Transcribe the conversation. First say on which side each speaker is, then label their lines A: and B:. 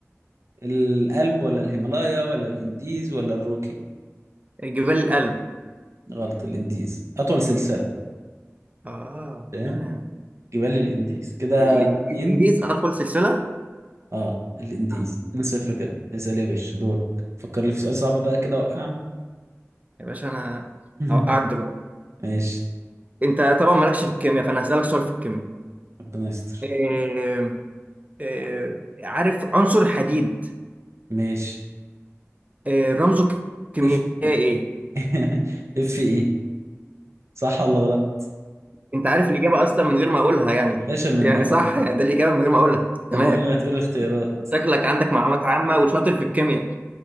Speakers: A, on the right (about 65°); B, on the right (about 30°).
A: الألب ولا الهيمالايا ولا الإنديز ولا الروكي
B: جبال الألب
A: غلط الإنديز أطول سلسلة
B: اه
A: فاهم
B: تمام
A: جبال الإنديز كده
B: الإنج- الإنجليز
A: اتنين
B: أطول سلسلة
A: اه الإنديز
B: آه.
A: 2 صفر كده اسأل يا باشا دور فكر لي في سؤال صعب بقى كده وقع
B: يا باشا أنا
A: <laughs>
B: هوقعك دلوقتي
A: ماشي
B: أنت طبعا مالكش في الكيمياء فأنا هسألك سؤال في الكيمياء
A: ربنا يستر
B: إيه إيه عارف عنصر الحديد
A: ماشي
B: آه، رمزه الكيميائي
A: اف
B: ايه؟
A: <laughs> اف ايه صح ولا غلط
B: انت عارف الاجابه اصلا من غير ما اقولها يعني
A: يا باشا من
B: يعني
A: قبل
B: صح
A: ما
B: يعني ده الاجابه من غير ما اقولها تمام
A: من قبل ما تقول الاختيارات
B: شكلك عندك معلومات عامه وشاطر في الكيمياء